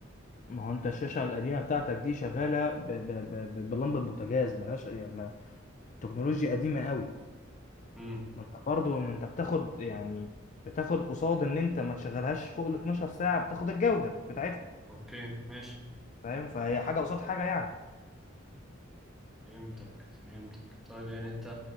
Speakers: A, on the left (about 40°); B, in the centre.
A: ما هو انت الشاشه القديمه بتاعتك دي شغاله ب- ب- ب- ب- بلمبه بوتاجاز ملهاش يعني ما- تكنولوجيا قديمه قوي
B: امم
A: ما انت برضه ما انت بتاخد يعني بتاخد قصاد ان انت ما تشغلهاش فوق ال 12 ساعه بتاخد الجوده بتاعتها
B: اوكي ماشي
A: فاهم فهي حاجه قصاد حاجه يعني
B: فهمتك فهمتك طيب يعني انت